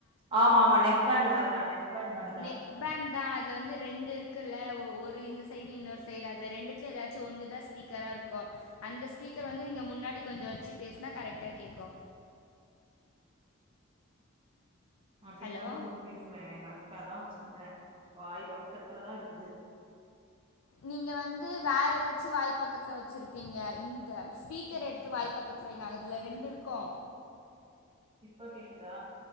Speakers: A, on the right; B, on the left.
A: ஆமா ஆமா நெக் பேண்டு மாரிதா நெக் பேண்ட் மாரிதா
B: நெக் பேண்ட் தா அதுல வந்து ரெண்டு இருக்குல்ல ஒ ஒரு இந்த சைடு இன்னொரு சைடு அதுல ரெண்டுத்ல எதாச்சு ஒன்னு தா ஸ்பீக்கரா இருக்கு அந்த ஸ்பீக்கர் வந்து நீங்க முன்னாடி கொஞ்ச வச்சு பேசுனா கரெக்டா கேக்கு
A: <inaudible> அப்டிதாங்க
B: ஹலோ
A: போட்டு பேசுறே கரெக்ட்டா தா வச்சிருக்கிறே வாய் பக்கத்துலதா இருக்குது
B: நீங்க வந்து வேற எதாச்சு வாய் பக்கத்துல வச்சிருப்பீங்க இந்த ஸ் பீக்கர்
A: ம்
B: எடுத்து வாய் பக்கத்துல வைங்க அதுல ரெண்டு இருக்கு
A: இப்ப கேக்குதா